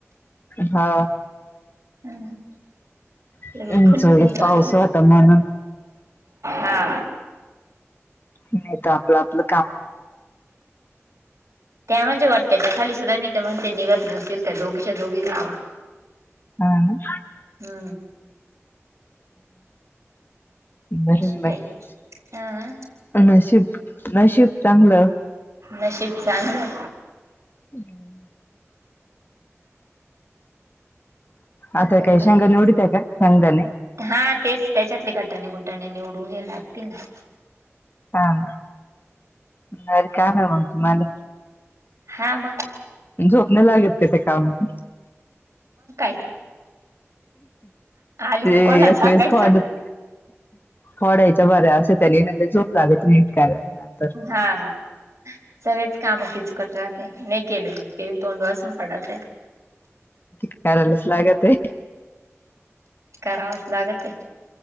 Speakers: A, on the left; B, on the right.
A: हा.
B: हम्म,
A: उंच
B: लगे फन
A: वगैरे
B: फन चालू.
A: पाऊस होता म्हणून
B: हा.
A: नाय तर आपलं आपलं काम.
B: त्या म्हणजे वाटतं त्या खाली सुद्धा मी ते म्हणून ते निघत नसतील त्या दोघीच्या दोघी जावा.
A: हा ना.
B: हम्म.
A: बरंय
B: अशी
A: ना
B: काही
A: बाई,
B: हा
A: नशीब नशीब चांगलं.
B: नशीब चांगलं.
A: हम्म.
B: अजून
A: आता
B: काही?
A: शेंगदाणे उडीत आहे का शेंगदाणे
B: हा तेच त्याच्यातले गटाने गुट टाने निवडून घ्यायला लागतील ना.
A: हा ना, भारी काम आहे मग तुम्हाला.
B: हा मग.
A: झोप नाय लागत का त्या कामानी?
B: <inaudible> आली
A: ते
B: तर कोणाला
A: एक
B: सांगायचं
A: वेळेस खाऊ फोडात फोडायच्या बऱ्या, असे त्यानी ना लय झोप लागते नीट करायला नंतर.
B: हा, सगळेच कामं कीचकट राहातंय, नाही केले ते तोंड वासून पडाच
A: करायलाच लागतंय.
B: करावाच लागतंय.